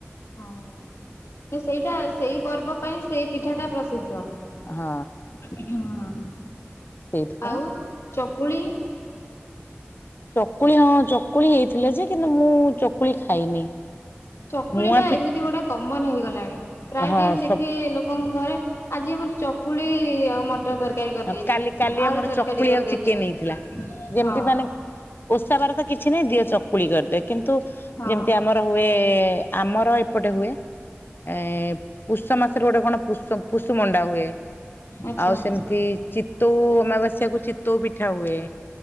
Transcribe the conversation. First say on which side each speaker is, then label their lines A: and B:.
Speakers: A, on the left (about 90°); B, on the left (about 55°).
A: ହଁ ସେଇଟା ସେଇ ପର୍ବ ପାଇଁ ସେଇ ପିଠାଟା ପ୍ରସିଦ୍ଧ।
B: ହଁ।
A: ହଁ
B: ସେଇଥିପାଇଁ
A: ଆଉ ଚକୁଳି।
B: ଚକୁଳି ହଁ ଚକୁଳି ହେଇଥିଲେ ଯେ କିନ୍ତୁ ମୁଁ ଚକୁଳି ଖାଇନି।
A: ପକୁଳିଟା
B: ମୁଆଁ ପି
A: ଏମିତି ଗୋଟେ କମନ ହେଇଗଲାଣି ପ୍ରାୟ
B: ହଁ
A: ଟାଇମ ଦେଖେ
B: ସ
A: ଲୋକଙ୍କ ଘରେ ଆଜି ଆମର ଚକୁଳି ଆଉ ମଟର ତରକାରୀ। କରିଦେଇଛୁ
B: ହଁ କାଲି କାଲି
A: ଆଳୁ
B: ଆମର
A: ତରକାରୀ
B: ଚକୁଳି
A: କରିଦେଇଛୁ
B: ଆଉ ଚିକେନ ହେଇଥିଲା
A: ହଁ
B: ଯେମିତି ମାନେ ଓଷା ବାର ତ କିଛି ନାଇଁ ଦିଅ ଚକୁଳି କରିଦି କିନ୍ତୁ
A: ହଁ
B: ଯେମିତି ଆମର ହୁଏ ଆମର ଏପଟେ ହୁଏ ଏ ପୁଷ ମାସରେ ଗୋଟେ କଣ ପ ପୁଷୁମଣ୍ଡା ହୁଏ
A: ଆଚ୍ଛା।
B: ଆଉ ସେମି ଚିତ୍ଉ ଅମାବାସ୍ୟାକୁ ଚିତ୍ତଉ ପିଠା ହୁଏ।